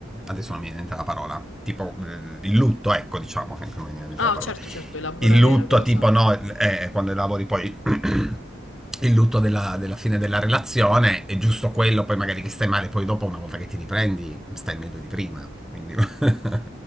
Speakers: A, in the centre; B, on the left.
A: adesso non mi viene in mente la parola, tipo eh, il lutto, ecco, diciamo, ecco, non mi viene in mente
B: Ah,
A: la parola.
B: certo, certo, elaborare
A: Il lutto,
B: la cosa.
A: tipo, no, eh, quando elabori poi <clears throat> <coughs> il lutto della, della fine della relazione è giusto quello, poi magari che stai male, poi dopo una volta che ti riprendi stai meglio di prima, quindi <laughs>